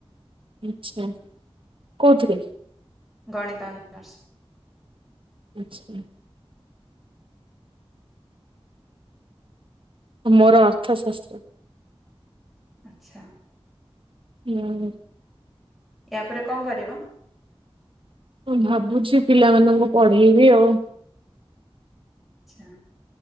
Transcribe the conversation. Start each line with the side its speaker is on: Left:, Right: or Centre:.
Right: ଆଛା କଉଥିରେ?
Centre: ଗଣିତ ଅନର୍ସ।
Right: ଆଚ୍ଛା। ମୋର ଅର୍ଥଶାସ୍ତ୍ର।
Centre: ଆଚ୍ଛା।
Right: ହୁଁ।
Centre: ୟା ପରେ କଣ କରିବ?
Right: ମୁଁ ଭାବୁଛି ପିଲାମାନଙ୍କୁ ପଢେଇବି ଆଉ।
Centre: ଆଚ୍ଛା।